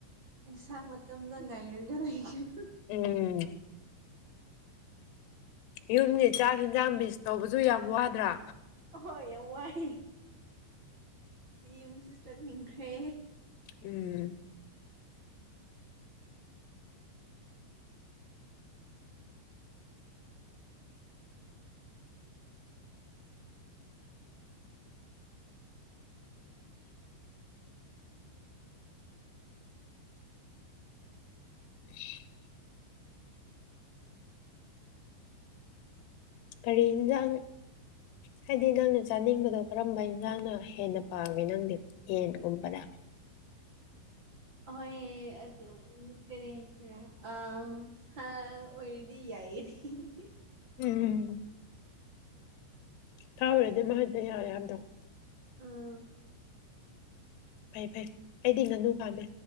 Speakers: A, on the right; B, on the left.
A: ꯏꯁꯥꯡ ꯃꯇꯝꯗ ꯉꯥꯏꯔꯒ ꯂꯩꯈꯤꯕꯥ꯫
B: ꯎꯝ ꯌꯨꯝꯒꯤ ꯆꯥꯛ ꯏꯟꯖꯥꯡ ꯃꯤꯁ ꯇꯧꯕꯗꯨ ꯌꯥꯝ ꯋꯥꯗ꯭ꯔꯥ?
A: ꯑꯍꯣꯏ ꯌꯥꯝ ꯋꯥꯏ ꯌꯨꯝꯁꯨ ꯆꯠꯅꯤꯡꯈ꯭ꯔꯦ
B: ꯎꯝꯝ <inaudible> ꯀꯔꯤ ꯑ°ꯟꯖꯥꯡ ꯍꯥꯏꯕꯗꯤ ꯅꯪꯅ ꯆꯥꯅꯤꯡꯕꯗꯣ ꯀꯔꯝꯕ ꯏꯟꯁꯥꯡꯅ ꯍꯦꯟꯅ ꯄꯥꯝꯃꯦ ꯅꯪꯗꯤ ꯌꯦꯟꯒꯨꯝꯕꯔꯥ?
A: ꯎ <inaudible> ꯍꯣꯏ ꯑꯗꯨ ꯀꯔꯤ ꯍꯥꯏꯁꯤꯔꯥ ꯑ ꯍꯥꯎꯔꯗꯤ ꯌꯥꯏ ꯑꯩꯗꯤ
B: ꯎꯝꯝ ꯁꯥ ꯑꯣꯏꯔꯗꯤ ꯃꯍꯤꯗꫭ ꯌꯥꯔꯦ ꯍꯥꯏꯔꯝꯗꯧꯅꯤ
A: ꯑꯥꯑꯑ
B: ꯐꯩ ꯐꯩ ꯑꯩꯗꯤ ꯉꯥꯅꯨ ꯄꯥꯝꯃꯤ